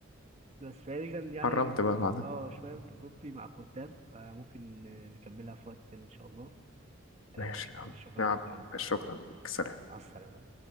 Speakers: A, on the right; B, on the left.
A: بس فدي كان يعني
B: حرمت بقى بعد
A: اه شويه من تجربتي مع الكتاب آه ممكن آه، نكملها في وقت تاني ان شاء الله آه
B: ماشي
A: شكرا
B: يا عم
A: شكرا
B: يا عم
A: لك يا عمر
B: شكرا ليك سلام
A: مع السلامه